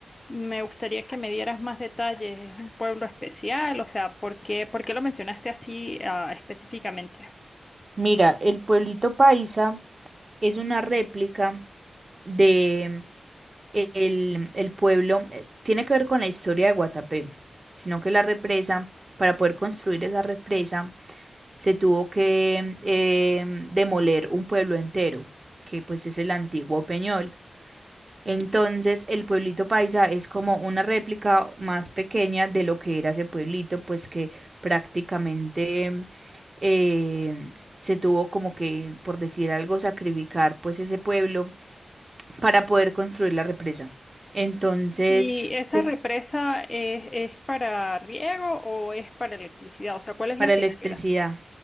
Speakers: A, on the left; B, on the right.
A: Me gustaría que me dieras más detalles. ¿Es un pueblo especial? O sea, ¿por qué, por qué lo mencionaste así, ah, específicamente?
B: Mira, el pueblito Paisa es una réplica de el, el pueblo, eh, tiene que ver con la historia de Guatapé, sino que la represa, para poder construir esa represa, se tuvo que em, demoler un pueblo entero, que pues es el antiguo Peñol. Entonces, el pueblito paisa es como una réplica más pequeña de lo que era ese pueblito, pues que prácticamente eh, se tuvo como que, por decir algo, sacrificar pues ese pueblo para poder construir la represa. Entonces,
A: ¿Y esa
B: se-
A: represa es, es para riego o es para electricidad? O sea, ¿cuál es
B: para
A: la finalidad?
B: electricidad,